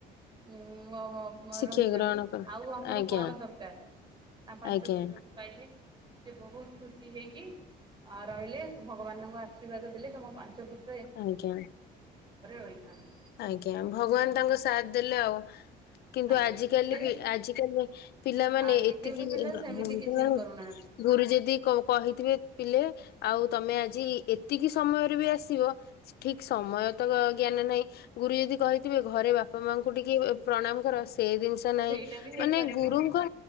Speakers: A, on the right (about 25°); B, on the left (about 70°).
A: ଉଁ ମ ମ ମ
B: ଶିକ୍ଷା
A: ରହିଚନ୍ତି।
B: ଗ୍ରହଣ କର
A: ଆଉ ଆମର
B: ଆଜ୍ଞା
A: କଣ ଦରକାର ଆ ପାଞ୍ଚ
B: ଆଜ୍ଞା
A: ପୁତ୍ରକୁ ପାଇଲେ ସେ ବହୁତ ଖୁସ ସି ହେଇକି ଅ ରହିଲେ ଭଗବାନଙ୍କ ଆଶୀର୍ବାଦ ଦେଲେ ତମ ପାଞ୍ଚ ପୁତ
B: ଆଜ୍ଞା
A: ରହିଥାନ୍ତି।
B: ଆଜ୍ଞା ଭଗବାନ ତାଙ୍କ ସାଥ ଦେଲେ ଆଉ କିନ୍ତୁ
A: ଆଜ୍ଞା
B: ଆଜିକାଲି
A: ଦେନ୍
B: ଲିବି ଆଜିକାଲି ପିଲାମାନେ
A: ଆଜିକାଲି
B: ଏତିକି
A: ପିଲା
B: ହ
A: ସେମିତି
B: ହଁ <unintelligible>
A: କିଛି ବି କରୁନାହାନ୍ତି।
B: ଗୁରୁ ଯଦି କ କହିଥିବେ ପିଲେ ଆଉ ତମେ ଆଜି ଏତିକି ସମୟରେ ବି ଆସିବ ଠିକ ସମୟ ତ ଗ ଜ୍ଞାନ ନାହିଁ ଗୁରୁ ଯଦି କହିଥିବେ ଘରେ ବାପା ମାଙ୍କୁ ଟିକେ ପ୍ରଣାମ କର ସ ସେଇ ଜିନିଷ ନାହିଁ
A: ସେଇଟା ବି ହେଇପାରିବନି
B: ମାନେ ଗୁରୁଙ୍କ